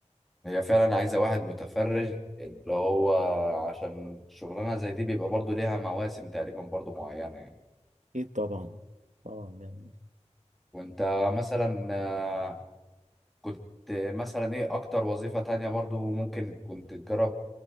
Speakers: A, in the centre; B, on the right.
A: هي فعلا عايزة واحد متفرغ اللي هو عشان شغلانة زي دي بيبقى برضو ليها مواسم تقريبا برضو معينة يعني
B: اكيد طبعا طبعا يعني
A: وانت مثلا آه، كنت مثلا ايه أكتر وظيفة تانية برضو ممكن كنت تجرب